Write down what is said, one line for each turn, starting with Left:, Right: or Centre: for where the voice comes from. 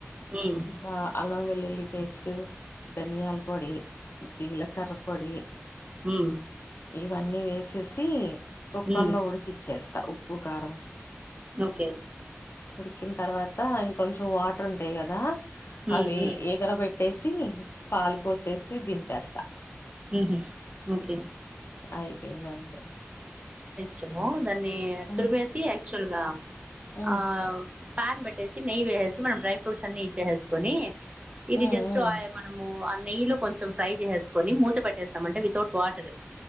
Right: ఉమ్
Left: ఇకా అలహమదల్లి వెల్లి పేస్ట్ ధనియాల్ పొడి జీలకర్ర్ పొడి
Right: హ్మ్
Left: ఇవన్నీ వేసేసి కుక్కర్
Right: ఉమ్
Left: లో ఉడికిచ్చేస్తా ప్పు కారం
Right: ఓకే
Left: ఉడికిన తర్వాత ఇంకొంచెం వాటర్ ఉంటయ్ కదా
Right: ఉమ్
Left: అవి
Right: ఉమ్
Left: ఎగర పెట్టేసి పాలు పోసేసి దిం తెస్తా
Right: మ్మ్ హ్మ్ ఓకే
Left: అయిపోయిందంతే
Right: చెము దాని ని
Left: ఆ!
Right: తుర్మేసి యాక్చువల్ గా
Left: హ్మ్
Right: ఆ ప్యాన్ బెట్టేసి నెయ్యి వేసేసి మనం డ్రై ఫ్రూట్స్ అన్ని ఇచ్చేేసుకొని ఇది
Left: హ్మ్
Right: జస్ట్
Left: హ్మ్
Right: అయ్ మనము అల్ నెయ్యిలో కొంచం ఫ్రై చేసేసుకొని మూ త పెట్టేసామంటే వితౌట్ వాటర్